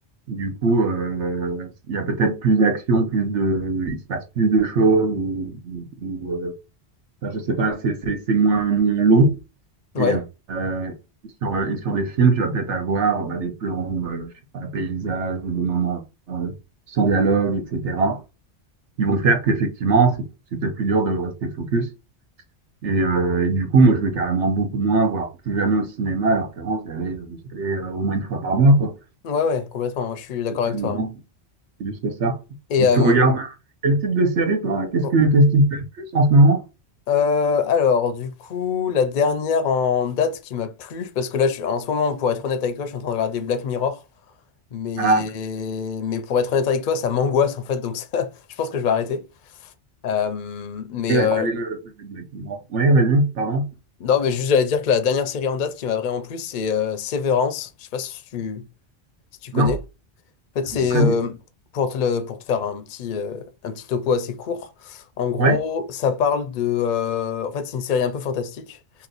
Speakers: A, on the right; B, on the left.
A: Du coup, euh, il y a peut-être plus d'action, plus de, il se passe plus de choses, ou, ou- euh, enfin, je sais pas, c'est c'est- c'est moins, moins long.
B: Ouais,
A: Et, euh, et sur, et sur des films, tu vas peut-être avoir bah, des plans, euh, je sais pas, paysages, ou des moments euh, sans dialogue, etc. qui vont faire qu'effectivement, c'est c'est peut-être plus dur de rester focus. Et, euh, et du coup, moi, je vais carrément beaucoup moins, voire plus jamais au cinéma, alors qu'avant, j'y allais, j'y allais, euh, au moins une fois par mois, quoi.
B: ouais, ouais, complètement, moi, je suis d'accord
A: C'est ça,
B: avec
A: les
B: toi.
A: gens.
B: hein.
A: C'est Juste ça.
B: Et
A: Et
B: euh,
A: tu regardes quel type de série, toi? Qu'est-ce
B: oh,
A: que qu'est-ce qui te plaît le plus en ce moment?
B: euh, alors, du coup, la dernière en date qui m'a plu, parce que là, je, en ce moment, pour être honnête avec toi, je suis en train de regarder Black Mirror. Mais,
A: Ah,
B: mais pour être honnête avec toi, ça m'angoisse en fait, donc ça, <laughs> je pense que je vais arrêter. Euh, mais
A: bah,
B: euh,
A: j'allais le poser de la question. Ouais, vas-y, pardon.
B: non, mais juste j'allais dire que la dernière série en date qui m'a vraiment plu, c'est euh, Severance. Je sais pas si tu, si tu
A: Non,
B: connais. En fait,
A: je
B: c'est
A: me connais.
B: euh, pour te, le- pour te faire un petit, euh, un petit topo assez court. En gros,
A: Ouais,
B: ça parle de. euh, en fait, c'est une série un peu fantastique.